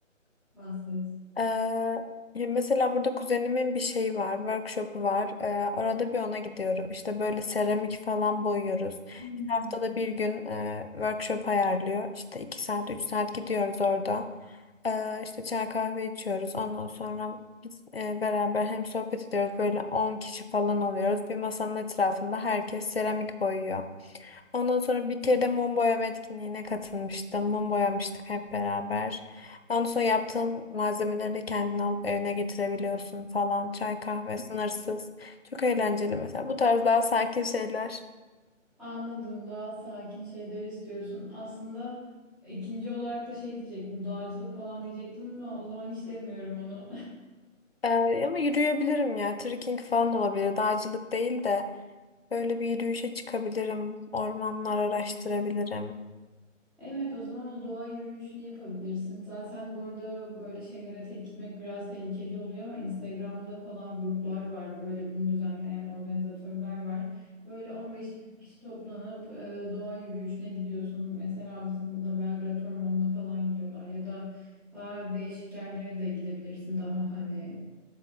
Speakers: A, in the centre; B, on the left.
A: Bahset.
B: Ee, ya mesela burada kuzenimin bir şeyi var, workshop'u var. Ee, orada bir ona gidiyorum. İşte böyle seramik falan boyuyoruz.
A: hmm.
B: İşte haftada bir gün e, workshop ayarlıyor. İşte iki saat, üç saat gidiyoruz orada. Ee, işte çay kahve içiyoruz. Ondan sonra biz e, beraber hem sohbet ediyoruz. Böyle 10 kişi falan oluyoruz. Bir masanın etrafında herkes seramik boyuyor. Ondan sonra bir kere de mum boyama etkinliğine katılmıştım. Mum boyamıştık hep beraber. Ondan sonra yaptığın malzemeleri de kendin alıp evine getirebiliyorsun falan. Çay kahve sınırsız. Çok eğlenceli mesela. Bu tarz daha sakin şeyler.
A: Anladım. Daha sakin şeyler istiyorsun. Aslında ikinci olarak da şey diyecektim. Dağcılık falan diyecektim ama o zaman hiç demiyorum onu. <laughs>
B: Ee, ama yürüyebilirim ya. Trekking falan olabilir. Dağcılık değil de böyle bir yürüyüşe çıkabilirim. Ormanlar araştırabilirim.
A: Evet, o zaman o doğa yürüyüşünü yapabilirsin. Zaten bu arada böyle şeylere tek gitmek biraz tehlikeli oluyor ama Instagram'da falan gruplar var. Böyle bunu düzenleyen organizatörler var. Böyle 15-20 kişi toplanıp e, doğa yürüyüşüne gidiyorsun. Mesela bizim burada Belgrad Ormanı'na falan gidiyorlar ya da daha değişik yerlere de gidebilirsin. Daha hani